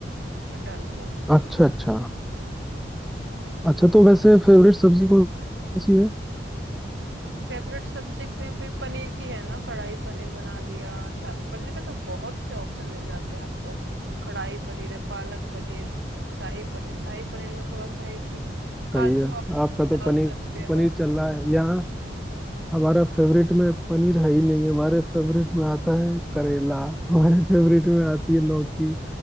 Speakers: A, on the right; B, in the centre.
A: कटहल को
B: अच्छा अच्छा अच्छा तो वैसे फेवरेट सब्जी कौन सी है
A: फेवरेट सब्जेक्ट में भी पनीर की है ना कढ़ाई पनीर बना लिया सा- पनीर के तो बहुत से ऑप्शन मिल जाते हैं आपको कढ़ाई पनीर है पालक पनीर शाही पनीर शाही पनीर में थोड़ा सा है कि काजू
B: सही है
A: आप
B: आपका तो
A: डाल
B: पनीर
A: सकते
B: पनीर
A: हो
B: चल रहा है यहाँ हमारा फेवरेट में पनीर है ही नहीं हमारे फेवरेट में आता है करेला हमारे फेवरेट में आती है लौकी